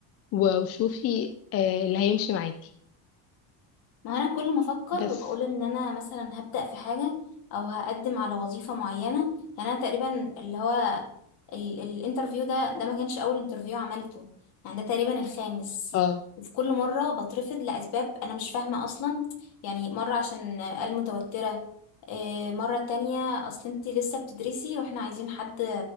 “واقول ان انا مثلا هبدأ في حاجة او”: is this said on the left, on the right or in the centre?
Left